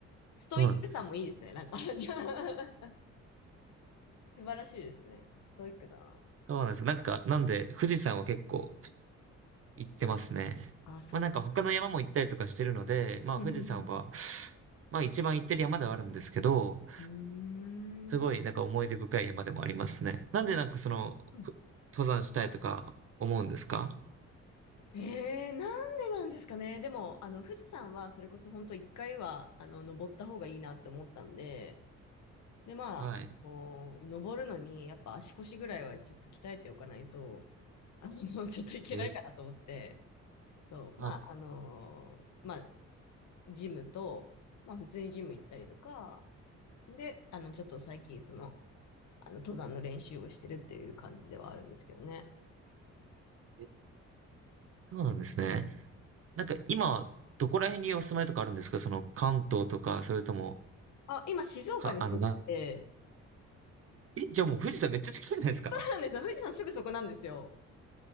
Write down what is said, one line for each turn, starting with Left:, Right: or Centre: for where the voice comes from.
Left: ストイックさもいいですね。
Right: そうなんです。
Left: なんか <laughs> じゃあ <laughs> 素晴らしいですね。ストイックだな。
Right: そうなんです。なんか、なんで富士山は結構行ってますね。
Left: あ、そうです。
Right: まあなんか他の山も行ったりとかしてるので、まあ富士山は、
Left: うんうん
Right: まあ一番行ってる山ではあるんですけど、
Left: うん。
Right: すごい、
Left: うーん。
Right: なんか思い出深い山でもありますね。なんでなんかその、
Left: うん
Right: ふ登山したいとか思うんですか
Left: えー、なんでなんですかね。でも、あの、富士山は、それこそ本当一回は、あの、登った方がいいなって思ったんで、で、まあ、
Right: はい。
Left: こう登るのに、やっぱ足腰ぐらいはちょっと鍛えておかないと、あの、<laughs> ちょっといけないかなと思って、
Right: えー
Left: そう、
Right: あ、
Left: まあ、あのーまあ、ジムと、まあ、普通にジム行ったりとか、で、あの、ちょっと最近、その、あの、登山の練習をしてるっていう感じではあるんですけどね。
Right: えそうなんですね。なんか今、どこら辺にお住まいとかあるんですかその関東とか、それとも、
Left: あ、今、静岡に住んでて、
Right: か、あの、なんえ、じゃあもう富士山めっちゃ近いじゃないですか。
Left: そうなんですよ。富士山すぐそこなんですよ。